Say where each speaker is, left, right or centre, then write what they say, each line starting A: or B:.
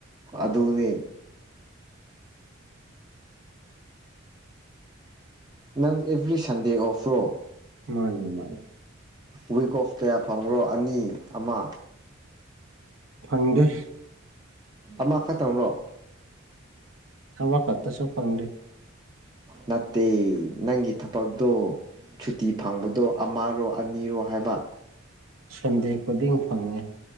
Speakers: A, on the right; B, on the right.
A: ꯑꯗꯨꯅꯤ ꯅꯪ ꯑꯦꯕ꯭ꯔꯤ ꯁꯟꯗꯦ ꯑꯣꯐ꯭ꯔꯣ
B: ꯃꯥꯅꯦ ꯃꯥꯅꯦ
A: ꯋꯤꯛ ꯑꯣꯐ ꯀꯌꯥ ꯐꯪꯕ꯭ꯔꯣ ꯑꯅꯤ ꯑꯃ
B: ꯐꯪꯗꯦ
A: ꯑꯃ ꯈꯛꯇꯪꯔꯣ
B: ꯑ ꯋꯥ ꯀꯠꯇꯁꯨꯣꯄꯪꯔꯤ
A: ꯅꯠꯇꯦ ꯅꯪꯒꯤ ꯊꯕꯛꯇꯣ ꯁꯨꯇꯤ ꯐꯪꯕꯗꯣ ꯑꯃꯔꯣ ꯑꯅꯤꯔꯣ ꯍꯥꯏꯕ
B: ꯁꯟꯗꯦ ꯈꯨꯗꯤꯡ ꯐꯪꯉꯦ